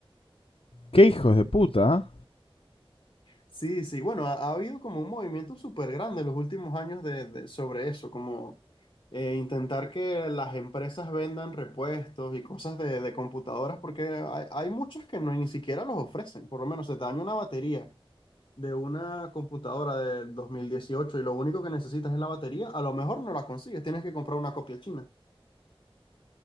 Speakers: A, on the left (about 70°); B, on the left (about 55°).
A: Qué hijos de puta, ¿ah?
B: Sí, sí, bueno, ha, ha habido como un movimiento súper grande en los últimos años de, de- sobre eso, como eh, intentar que las empresas vendan repuestos y cosas de, de computadoras, porque hay, hay muchas que no, ni siquiera los ofrecen, por lo menos se te daña una batería. de una computadora del 2018 y lo único que necesitas es la batería, a lo mejor no la consigues, tienes que comprar una copia china.